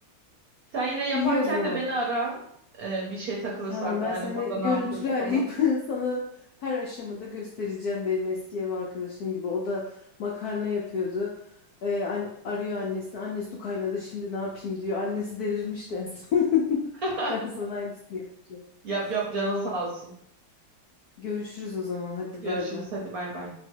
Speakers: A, on the right; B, on the left.
A: Sen yine
B: <laughs>
A: yaparken
B: İyi o zaman.
A: de beni ara. Ee, bir şey takılırsa
B: Tamam
A: aklına
B: ben
A: hani
B: seni
A: burada ne
B: görüntülü
A: yapıyorduk
B: arayıp
A: falan.
B: <laughs> sana her aşamada göstereceğim benim eski ev arkadaşım gibi. O da makarna yapıyordu. Ee, an- arıyor annesini. Anne su kaynadı şimdi ne yapayım diyor. Annesi delirmiş en son.
A: <laughs>
B: <laughs> Ben sana aynısını yapacağım.
A: Yap yap canı
B: Tamam
A: sağ olsun.
B: görüşürüz o zaman hadi
A: Görüşürüz
B: bay bay.
A: hadi bay bay.